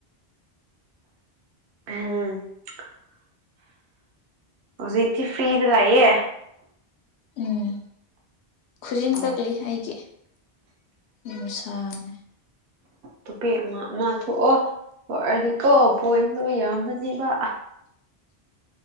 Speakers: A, on the right; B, on the left.
A: ꯎꯝ <inaudible> ꯍꯧꯖꯤ ꯇꯤ ꯐ꯭ꯔꯤꯗ ꯂꯥꯏꯌꯦ
B: ꯎꯝ ꯈꯨꯖꯤꯟ
A: ꯑ
B: ꯀꯛꯂꯤ ꯑꯩꯒꯤ ꯅꯨꯡꯁꯥꯁ <inaudible>
A: ꯇꯣꯄꯦ ꯑꯃ ꯑꯃ ꯊꯣꯛꯑꯣ ꯊꯣꯛꯔꯗꯤꯀꯣ ꯄꯣꯏꯟ ꯂꯣ ꯌꯥꯔꯝꯃꯅꯤꯕ
B: <unintelligible> <inaudible>